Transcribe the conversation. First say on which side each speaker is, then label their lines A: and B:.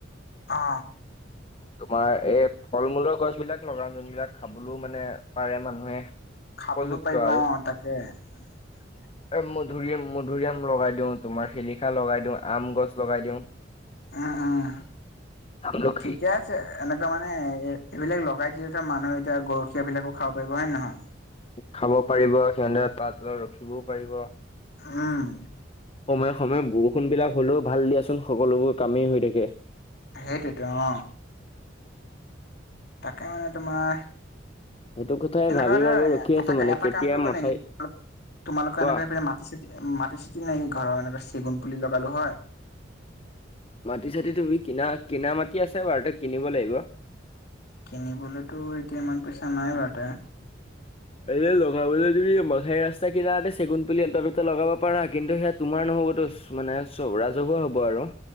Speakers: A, on the left (about 60°); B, on the left (about 30°).
A: অ
B: তোমাৰ এই ফল-মূলৰ গছবিলাক লগাম যোনবিলাক খাবলৈও মানে পাৰে মানুহে
A: খাবলৈও
B: উপযুক্ত
A: পাৰিব
B: আৰু।
A: অ তাকে <inaudible>
B: আৰু মধুৰিআম মধুৰিআম লগাই দিওঁ, তোমাৰ শিলিখা লগাই দিওঁ, আম গছ লগাই দিওঁ।
A: উম উম
B: আমলখি
A: ঠিকে আছে এনেকুৱা মানে এই এইবিলাক লগাই থলেতো মানুহে এতিয়া গৰখীয়া বিলাকো খাব পাৰিব হয় নে নহয়?
B: খাব পাৰিব, সিহঁতে তাৰ তলত ৰখিবও পাৰিব।
A: উম
B: সময়ে সময়ে বৰষুণ বিলাক হলেও ভাল দিয়াচোন, সকলোবোৰ কামেই হৈ থাকে।
A: সেইটোৱেটো অ তাকে মানে তোমাৰ
B: সেইটো কথাই
A: এনেকুৱা
B: ভাবি
A: ধৰ
B: ভাবি ৰখি আছো
A: এটা
B: মানে
A: এটা
B: কেতিয়া
A: কাম কৰিব
B: মথাই
A: নেকি? তোমালোকত
B: কোৱা
A: এনেকুৱাকৈ মাটি ছাতি মাটি ছাতি নাইনি ঘৰৰ এনে চেগুন পুলি লগালো হয়।
B: মাটি চাটি তুমি কিনা কিনা মাটি আছে বাৰু তই কিনিব লাগিব।
A: কিনিবলৈতো এতিয়া ইমান পইচা নাই বাৰু তা
B: এ লগাবলৈ তুমি মঠাই ৰাস্তা কিনাতে চেগুন পুলি এটা দুটা লগাব পাৰা কিন্তু সেয়াত। তোমাৰ নহ'বতো মানে চব ৰাজহুৱা হ'ব আৰু।